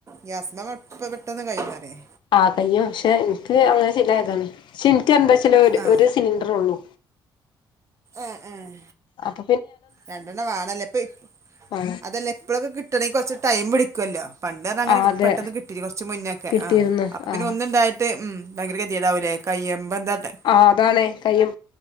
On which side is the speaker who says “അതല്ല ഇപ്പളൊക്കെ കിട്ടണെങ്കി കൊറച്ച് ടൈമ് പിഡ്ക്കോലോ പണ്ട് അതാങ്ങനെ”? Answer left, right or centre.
Right